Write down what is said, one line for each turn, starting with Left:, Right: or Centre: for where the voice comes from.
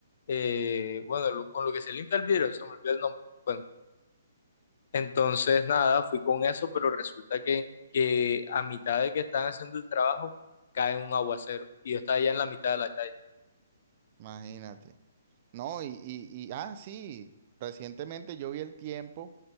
Left: eh, bueno, lo- con lo que se limpia el vidrio, se me olvidó el nombre. Bueno, entonces nada, fui con eso, pero resulta que, que a mitad de que están haciendo el trabajo cae un aguacero y yo estaba allá en la mitad de la calle.
Right: imagínate. No, y, y, y, ah, sí, recientemente yo vi el tiempo